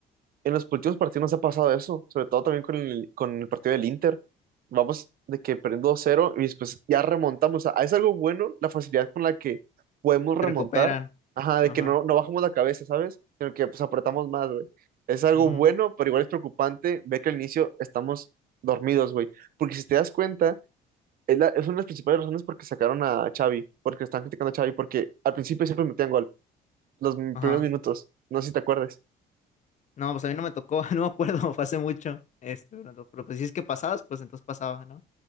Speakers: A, on the right; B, on the left.
A: En los últimos partidos nos ha pasado eso, sobre todo también con el, con el partido del Inter. Vamos de que perdiendo 2-0 y después ya remontamos. O sea, es algo bueno la facilidad con la que podemos remontar.
B: Se recuperan.
A: Ajá, de
B: Ajá.
A: que no, no bajamos la cabeza, ¿sabes? Sino que pues apretamos más, güey. Es algo
B: ujú,
A: bueno, pero igual es preocupante ver que al inicio estamos dormidos, güey. Porque si te das cuenta, es, la- es una de las principales razones porque sacaron a Xavi, porque están criticando a Xavi, porque al principio siempre metían gol, los
B: Ajá.
A: primeros minutos. No sé si te acuerdas.
B: No, pues a mí no me tocó, <laughs> no me acuerdo, <laughs> fue hace mucho. Este, pero, pero pues si es que pasabas, pues entonces pasaba, ¿no?